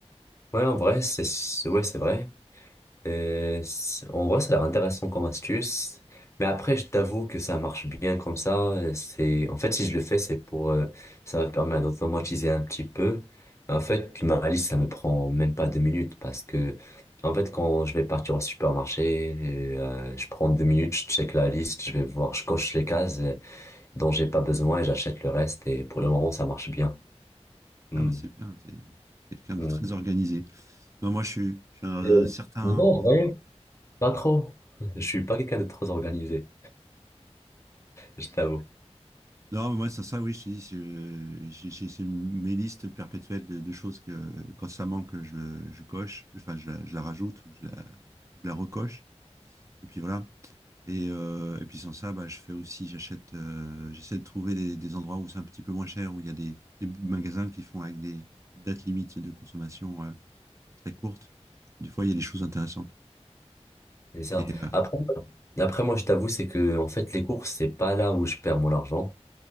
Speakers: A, on the left; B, on the right.
A: Ouais, en vrai, c'est, c'est- ouais, c'est vrai. Euh, c'est- en vrai, ça a l'air intéressant comme astuce. Mais après, je t'avoue que ça marche bien comme ça. Euh, C'est, en fait, si je le fais, c'est pour, euh, ça va me permettre d'automatiser un petit peu. En fait, ma liste, ça me prend même pas deux minutes parce que, en fait, quand je vais partir au supermarché, euh, euh, je prends deux minutes, je check la liste, je vais voir, je coche les cases euh, dont j'ai pas besoin et j'achète le reste. Et pour le moment, ça marche bien. Hmm.
B: Ah, mais c'est bien, c'est quelqu'un de
A: Hmm.
B: très organisé. Non, moi, je suis, je suis dans un
A: Euh,
B: certain...
A: Non, en vrai pas trop. <laughs> Je suis pas quelqu'un de trop organisé, je t'avoue.
B: Non, mais moi, c'est ça, oui, je te dis, je- j'ai j'ai- c'est mes listes perpétuelles de, de choses que, quand ça manque, je, le- je coche, enfin, je la, je la rajoute ou je la, je la recoche. Et puis voilà. Et, euh, et puis sans ça, bah, je fais aussi, j'achète, euh, j'essaie de trouver des, des endroits où c'est un petit peu moins cher, où il y a des, des magasins qui font avec des dates limites de consommation euh, très courtes. Des fois, il y a des choses intéressantes.
A: C'est ça.
B: Et, euh,
A: Après, après moi, je t'avoue, c'est que, en fait, les courses, c'est pas là où je perds mon argent.